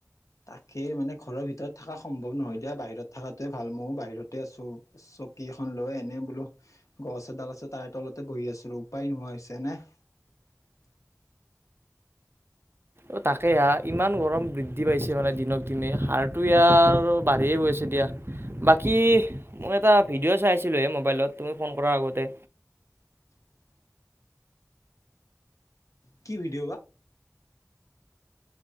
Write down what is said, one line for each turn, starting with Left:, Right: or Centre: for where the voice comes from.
Left: তাকে মানে ঘৰৰ ভিতৰত থাকা সম্ভৱ নহয়। দিয়া বাহিৰত থাকাতোৱে ভাল। মইয়ো বাহিৰতে আছো। চকী এখন লৈ এনেই বোলো গছ এডাল আছে তাৰে তলতে বহি আছিলো। উপায় নোহোৱা হৈছে এনে <unintelligible>
Right: অ তাকে আ ইমান গৰম বৃদ্ধি পাইছে মানে দিনক দিনে। সাৰটো ইয়াৰ বাঢ়িয়ে গৈছে। দিয়া। বাকী মই এটা ভিডিঅ' চাইছিলোহে মোবাইলত তুমি ফোন কৰাৰ আগতে।
Left: <unintelligible> কি ভিডিঅ' বা?